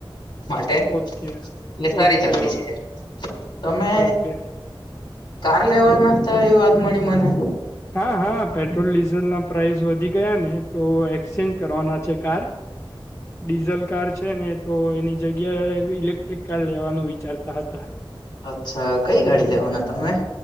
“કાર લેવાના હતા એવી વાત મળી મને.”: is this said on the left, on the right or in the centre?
Left